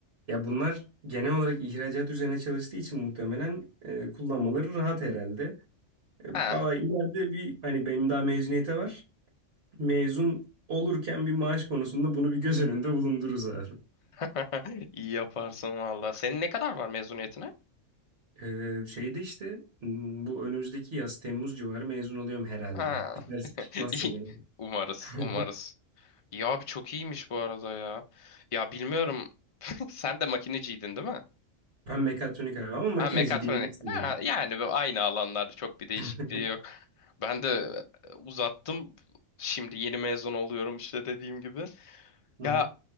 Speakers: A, on the right (about 55°); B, on the left (about 55°).
A: Ya bunlar genel olarak ihracat üzerine çalıştığı için muhtemelen e, kullanmaları rahat herhalde. E,
B: Ha.
A: Valla ileride bir hani benim daha mezuniyete var. Mezun olurken bir maaş konusunda bunu bir göz önünde bulundururuz abi.
B: <laughs> İyi yaparsın valla. Senin ne kadar var mezuniyetine?
A: Ee, şeyde işte m, bu önümüzdeki yaz Temmuz civarı mezun oluyorum herhalde.
B: Ha.
A: Bir terslik
B: <laughs>
A: çıkmazsa
B: İyi.
A: gene.
B: Umarız.
A: <laughs>
B: Umarız. Ya abi çok iyiymiş bu arada ya. Ya bilmiyorum. <laughs> Sen de makineciydin değil mi?
A: Ben mekatronik abi ama makineci
B: Ha, mekatronik.
A: diyebilirsin
B: Ha,
A: yani.
B: yani bu aynı alanlarda çok bir değişikliği
A: <laughs>
B: yok. Ben de e, uzattım. Şimdi yeni mezun oluyorum işte dediğim gibi.
A: Hı
B: Ya
A: hı.